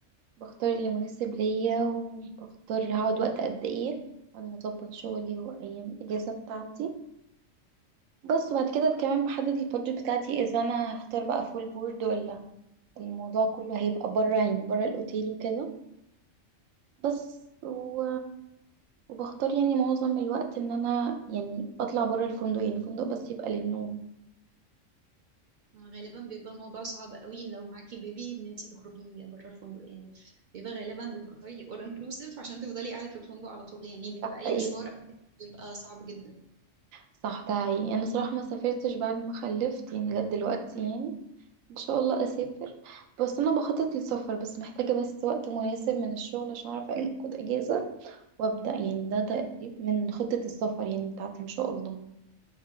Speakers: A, on the right; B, on the right.
A: بختار اللي مناسب ليا وبختار هقعد وقت قد ايه على ما اظبط شغلي وايام الاجازة بتاعتي بس وبعد كده كمان بحدد البادجت بتاعتي اذا انا هختار بقى فول بورد ولا الموضوع كله هيبقى بره يعني بره الاوتيل وكده بس و... وبختار يعني معظم الوقت ان انا يعني اطلع بره الفندق يعني الفندق بس يبقى للنوم
B: غالبا بيبقى الموضوع صعب قوي لو معاكي بيبي ان انتي تخرجي بره الفندق يعني بيبقى غالبا بتختاري all inclusive عشان تفضلي قاعده في الفندق على طول يعني بيبقى
A: صح
B: اي
A: ايه
B: مشوار بيبقى صعب جدا ان
A: صح ده حقيقي يعني انا صراحة ما سافرتش بعد ما خلفت يعني لغاية دلوقتي يعني ان شاء الله اسافر بس انا بخطط للسفر بس محتاجة بس وقت مناسب من الشغل عشان اعرف اخد اجازة وابدأ يعني ده تقريبا من خطة السفر يعني بتاعتي ان شاء الله